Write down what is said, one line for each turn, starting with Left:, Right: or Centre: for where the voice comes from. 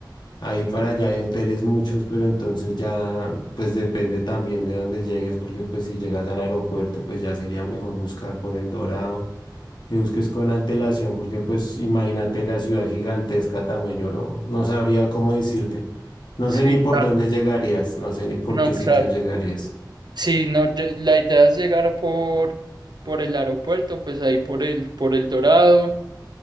Left: Ahí para allá hay hoteles muchos, pero entonces ya, pues depende también de dónde llegues, porque pues si llegas al aeropuerto, pues ya sería mejor buscar por El Dorado que busques con antelación, porque pues imagínate la ciudad gigantesca también, yo no, no sabría cómo decirte. No
Right: Sí,
Left: sé ni por
Right: claro.
Left: dónde llegarías, no sé ni por
Right: No,
Left: qué sitio
Right: claro.
Left: llegarías.
Right: Sí, no, yo- la idea es llegar por, por el aeropuerto, pues ahí por el, por el Dorado,